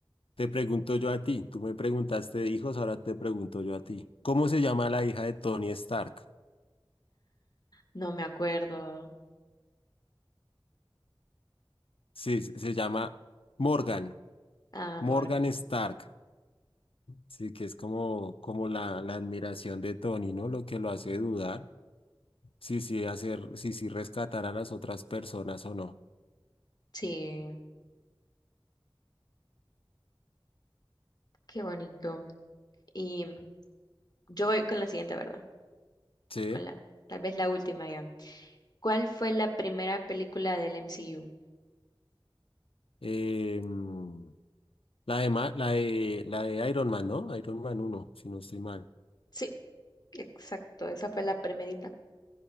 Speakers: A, on the left (about 85°); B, on the left (about 45°).
A: Te pregunto yo a ti, tú me preguntaste de hijos, ahora te pregunto yo a ti. ¿Cómo se llama la hija de Tony Stark?
B: No me acuerdo.
A: Sí, se se llama Morgan,
B: Ah,
A: Morgan
B: Morgan.
A: Stark. Sí, que es como, como la, la admiración de Tony, ¿no? Lo que lo hace dudar. Sí, sí, hacer, sí, sí, rescatar a las otras personas o no.
B: Sí, qué bonito. Y yo voy con la siguiente, ¿verdad?
A: Sí.
B: Con la, tal vez la última ya. ¿Cuál fue la primera película del MCU?
A: Eh, mm, la de, Ma- la de, la de Iron Man, ¿no? Iron Man uno, si no estoy mal.
B: Sí, exacto, esa fue la primerita.